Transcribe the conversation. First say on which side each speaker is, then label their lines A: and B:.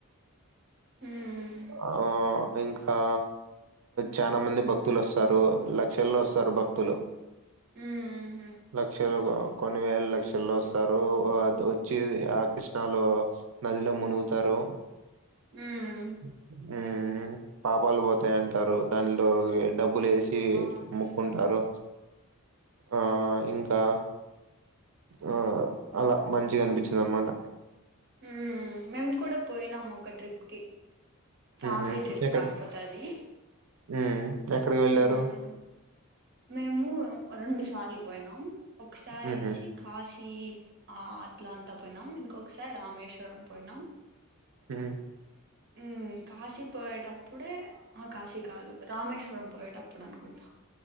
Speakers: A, on the right; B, on the right.
A: మ్మ్
B: ఆ ఇంకా చాలా మంది భక్తులు వస్తారు లక్షల్లో వస్తారు భక్తులు
A: మ్మ్ హు
B: లక్షలు కొన్ని వేల లక్షల్లో వస్తారు అ వచ్చి ఆ కృష్ణలో నదిలో మునుగుతారు అ
A: మ్మ్
B: ఉమ్ పాపాలు పోతాయంటారు దానిలో డబ్బులు వేసిముక్కుంటారు
A: అవునులే
B: ఆ ఇంకా ఆ అలా మంచిగా అనిపించింది అన్నమాట
A: హమ్ మేమ్ కూడా పోయినామ ఒక ట్రిప్ కి ఫ్యామిలీ
B: ఉహు
A: ట్రిప్
B: ఎక్కడ
A: కాకపోతే అది
B: ఉమ్ ఎక్కడికి వెళ్ళారు
A: మ్మ్ మేము రెండు సార్లు పోయినాం ఒకసారి
B: ఉహు
A: వచ్చి కాశీ ఈ ఆ అట్ల అంతా పోయినాం ఇంకొకసారి రామేశ్వరం పోయినాం
B: హుమ్
A: ఉ కాశీ పోయేటప్పుడే ఆ కాశీ కాదు రామేశ్వరం పోయేటప్పుడు అనుకుంటా